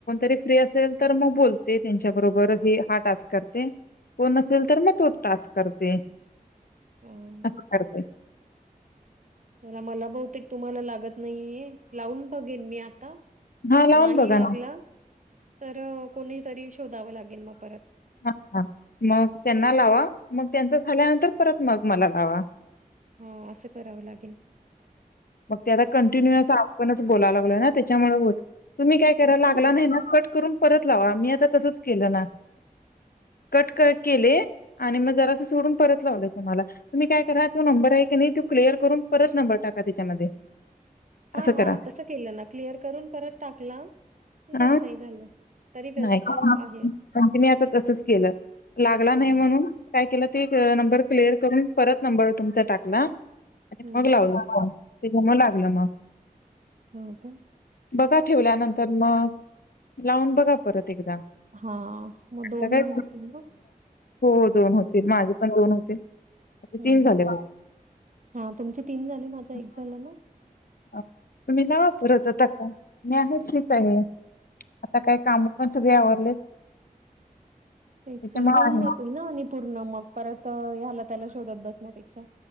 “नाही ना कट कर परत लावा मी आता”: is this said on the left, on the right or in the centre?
Left